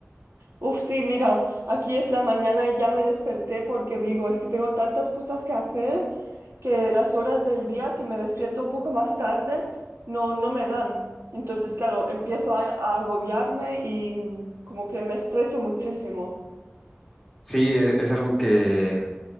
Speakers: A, on the right; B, in the centre.
A: Uf, sí, mira, aquí es la mañana y ya me desperté porque digo, es que tengo tantas cosas que hacer que las horas del día, si me despierto un poco más tarde, no, no me dan. Entonces, claro, empiezo a, a agobiarme y como que me estreso muchísimo.
B: Sí, e- es algo que,